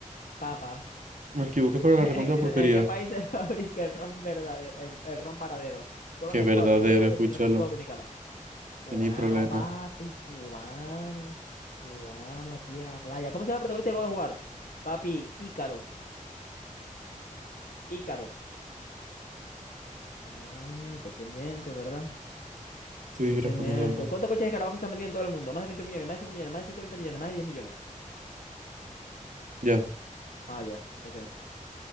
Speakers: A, on the left; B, on the right.
A: papa.
B: me equivoqué para
A: <laughs> ¿En,
B: la recontra
A: en
B: porquería.
A: qué país se <laughs> fabrica el ron verdadero, el, el ron varadero? Colombia,
B: Qué verdadero,
A: Cuba, Venezuela, Dom-
B: escúchalo.
A: República Dominicana. Cubano,
B: Tenéis problema.
A: papi, cubano. Cubano aquí en la playa. ¿Cómo se llama el protagonista de God of War? Papi, Ícaro. Ícaro. Ah, estoy pendiente, ¿verdad?
B: Estoy
A: Estoy
B: respondiendo
A: pendiente.
B: algo.
A: ¿Cuántos coches de escarabajo están vendiendo en todo el mundo? Más de veinte millones, más de 5 millones, más de 120 millones, más de diez millones.
B: Ya.
A: Ah, ya, ok,